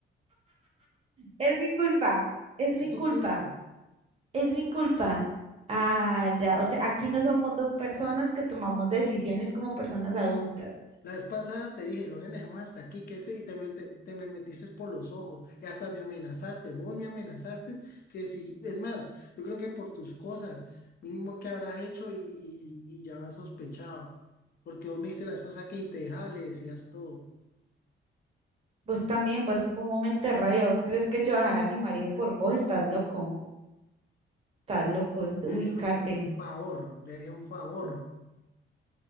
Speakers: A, on the right; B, on the left.
A: Es mi culpa, es
B: Es
A: mi
B: tu
A: culpa.
B: culpa.
A: Es mi culpa. Ah, ya. O sea, aquí no somos dos personas que tomamos decisiones como personas adultas.
B: La vez pasada te dije, Lorena, dejemos hasta aquí, que ese, y te, me- te, te me metiste por los ojos, y hasta me amenazaste, vos me amenazaste, que si, es más, yo creo que por tus cosas, mínimo que habrás hecho y, y, y y ya sospechaba, porque vos me dices la vez pasada que si te dejaba, le decías todo.
A: Vos también, vos fue un momento de rabia. ¿Vos crees que yo dejaré a mi marido por vos? Estás loco. Estás loco.
B: Le
A: Ubícate.
B: haría, un- le haría un favor, le haría un favor,